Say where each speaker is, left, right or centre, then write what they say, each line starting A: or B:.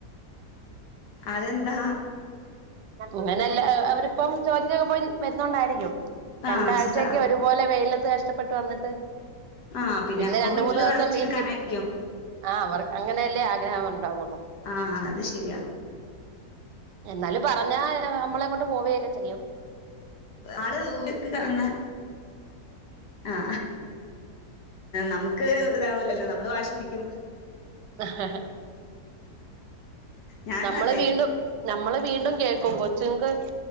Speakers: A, on the left; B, on the right.
A: അതെന്താ
B: അങ്ങനെല്ല അവരിപ്പം ജോലിക്കൊക്കെ പോയി വരുന്നോണ്ടായിരിക്കും രണ്ടാഴ്ച്ചയൊക്കെ
A: ആഹ് സ്ട്ര
B: ഒരുപോലെ വെയിലത്ത് ത്ത് കഷ്ടപ്പെട്ട് വന്നിട്ട്
A: ആഹ്
B: പിന്നെ
A: അപ്പൊ
B: രണ്ട്
A: വീട്ടില്
B: മൂന്ന് ദിവസം
A: റെസ്റ്റ്
B: വീട്ടിൽ
A: എടുക്കാനായിരിക്കും
B: ആ അവർക്ക് അങ്ങനല്ലേ ആഗ്രഹം ഒണ്ടാവൊള്ളു
A: ആഹ് അത് ശരിയാ
B: എന്നാലും പറഞ്ഞാ നമ്മളെം കൊണ്ട് പോവയൊക്കെ ചെയ്യും
A: ആള് വീട്ടിത്തന്നെ ആ നമുക്ക് ഇതാവിലല്ലോ നമ്മള് വാശി പിടിക്കും
B: ആഹ് ഹ്‌
A: ഞാനും
B: നമ്മള്
A: അതെ
B: വീണ്ടും നമ്മള് വീണ്ടും കേ ക്കും കൊച്ചുങ്ങക്ക്